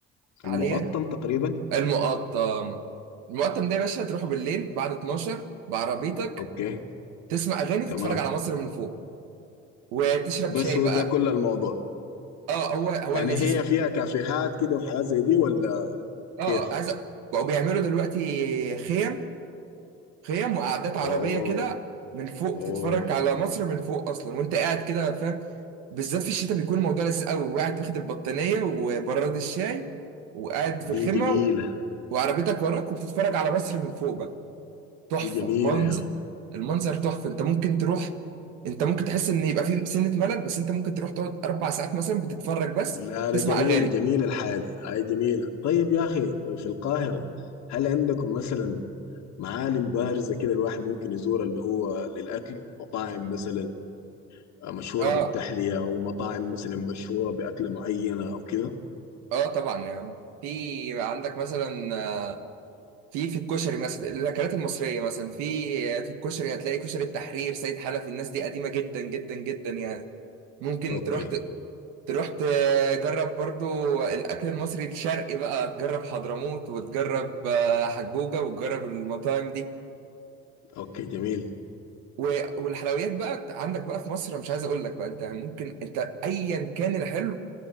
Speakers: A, on the right; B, on the left.
A: عليا
B: المقطم تقريبا
A: المقطم المقطم ده يا باشا تروح بالليل بعد 12 بعربيتك
B: أوكي
A: تسمع اغاني
B: تمام
A: تتفرج على مصر من فوق وتشرب
B: بس
A: شاي
B: هو
A: بقى
B: ده كل الموضوع
A: اه هو هو
B: يعني
A: اللذيذ
B: هي فيها كافيهات كده وحاجات زي دي ولا
A: اه
B: كيف؟
A: آه، عايز أ- بقوا بيعملوا دلوقتي خيم خيم وقعدات عربيه
B: أوه
A: كده من فوق
B: أوه
A: بتتفرج على مصر من فوق اصلا وانت قاعد كده فاهم بالذات في الشتاء بيكون الموضوع لذيذ قوي وقاعد واخد البطانيه وبراد الشاي وقاعد في الخيمه
B: دي جميلة
A: وعربيتك وراك وبتتفرج على مصر من فوق بقى. تحفه
B: دي جميلة
A: منظر
B: يا مان.
A: المنظر تحفه انت ممكن تروح انت ممكن تحس ان يبقى في سنه ملل بس انت ممكن تروح تقعد اربع ساعات مثلا بتتفرج بس
B: لا
A: وبتسمع
B: لا جميلة
A: اغاني
B: جميلة الحالي هاي جميلة طيب يا أخي في القاهرة هل عندكم مثلا معالم بارزة كده الواحد ممكن يزورها اللي هو للأكل مطاعم مثلا مشهورة
A: اه
B: بالتحلية أو مطاعم مثلا مشهورة بأكلة معينة أو كده
A: اه طبعا يا عم في عندك مثلا آه، في في الكشري مثلا الاكلات المصريه مثلا في في الكشري هتلاقي كشري التحرير سيد حنفي الناس دي قديمه جدا جدا جدا يعني ممكن
B: أوكي
A: تروح ت- تروح تجرب برضو الاكل المصري الشرقي بقى تجرب حضرموت وتجرب آه، حجوجه وتجرب المطاعم دي
B: أوكي جميل
A: و- والحلويات بقى عندك بقى في مصر أنا مش عايز اقول لك بقى انت ممكن انت ايا كان الحلو